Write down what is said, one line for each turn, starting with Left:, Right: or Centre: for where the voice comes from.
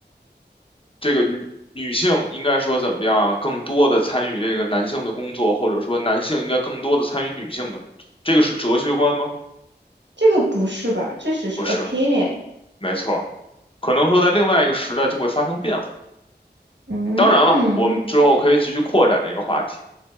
Left: 这个女女性应该说怎么样啊更多的参与这个男性的工作，或者说男性应该更多的参与女性的工作，这个是哲学观吗？
Right: 这个不是吧？这只是
Left: 不是，
Right: opinion。
Left: 没错儿，可能说在另外一个时代就会发生变化。
Right: 嗯，
Left: 当然了，我们之后可以继续扩展这个话题。